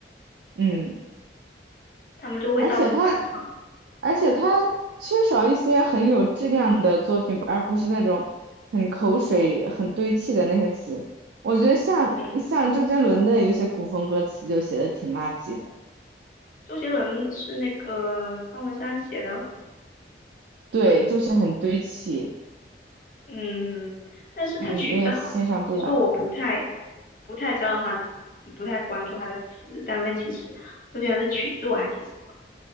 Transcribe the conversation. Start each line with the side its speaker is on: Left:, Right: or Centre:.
Right: 嗯。
Left: 他们就会到处翻唱。
Right: 而且他，而且他缺少一些很有质量的作品，而不是那种很口水、很堆砌的那些词。我觉得像像周杰伦的有些古风歌词就写的挺垃圾的，
Left: 嗯，周杰伦是那个方文山写的，
Right: 对，就是很堆砌，
Left: 嗯，但是他曲子好，
Right: 嗯，有点欣赏不来
Left: 其实我不太不太知道他，不太关注他的词，但问题是周杰伦的曲子我还挺喜欢。